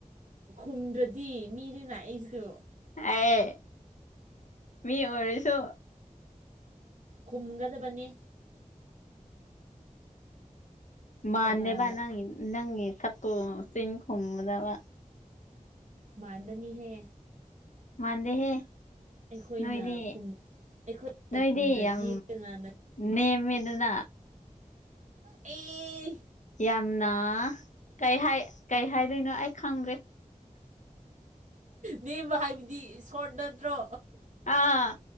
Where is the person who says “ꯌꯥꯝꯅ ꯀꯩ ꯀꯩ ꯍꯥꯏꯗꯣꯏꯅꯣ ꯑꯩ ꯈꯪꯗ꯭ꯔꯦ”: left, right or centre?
Left